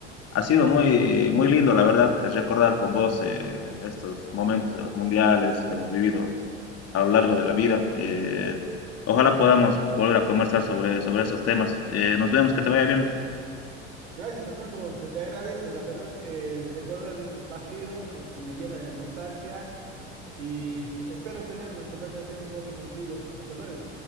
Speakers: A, on the left; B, on the right.
A: Ha sido muy, muy lindo, la verdad, es recordar con vos eh, estos momentos de los mundiales que hemos vivido a lo largo de la vida. Eh, ojalá podamos volver a conversar sobre, sobre esos temas. Eh, nos vemos, que te vaya bien.
B: Gracias, Fernando, se te agradece. La verdad que recordar de estos partidos eh, me llena de nostalgia y espero tener una conversación pronto contigo. Hasta luego.